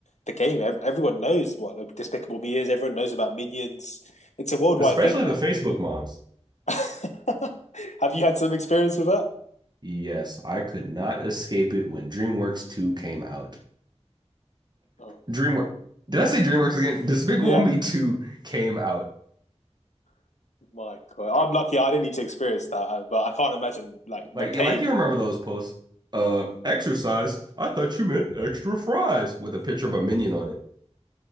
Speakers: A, on the left; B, on the right.
A: the game. Ev everyone knows what like Despicable Me is. Everyone knows about Minions. It's a worldwide
B: especially
A: thing
B: the Facebook moms.
A: now. <laughs> Have you had some experience with that?
B: Yes, I could not escape it when DreamWorks 2 came out.
A: Oh,
B: DreamWorks. Did I say DreamWorks again? Despicable
A: yeah.
B: Me 2 came out.
A: <laughs> My God, I'm lucky. I didn't need to experience that, uh, but I can't imagine like the
B: Like,
A: pain.
B: yeah, like you remember
A: <laughs>
B: those posts. Uh, exercise. I thought you meant extra fries with a picture of a minion on it.